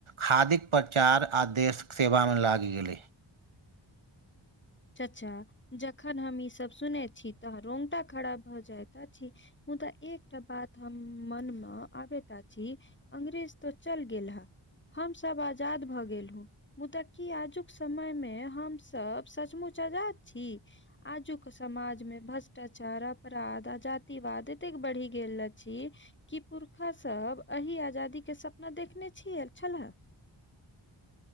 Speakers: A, on the right; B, on the left.
A: खादीक प्रचार आ देशक सेवामे लागि गेलै
B: चाचा जखन हम ईसभ सुने छी तऽ रोंगटा खरा भऽ जायइत अछि मुदा एकटा बात हम मनम आबैत अछी अंग्रेज तो चल गेल है हम सब आजाद भए गेल हु मुदा की आजुक समय मे हम सब सचमुच आजाद छी आजुक समाजमे भ्रष्टाचार अपराध आ जातिवाद एतेक बढ़ि गेल अछि की पुरखा सब एही आजादी केँ सपना देखने छिय छलह